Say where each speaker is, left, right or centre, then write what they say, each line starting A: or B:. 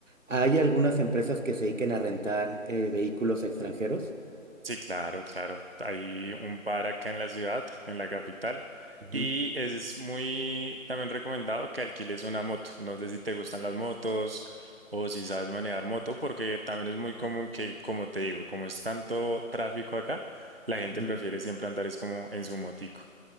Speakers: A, on the right; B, on the right.
A: Hay algunas empresas que se dediquen a rentar eh, vehículos extranjeros.
B: Sí, claro, claro. Hay un bar acá en la ciudad, en la capital,
A: Ujú,
B: y es muy también recomendado que alquiles una moto. No sé si te gustan las motos o si sabes manejar moto, porque también es muy común que, como te digo, como es tanto tráfico acá, la gente
A: Ujú.
B: prefiere siempre andar es como en su motico.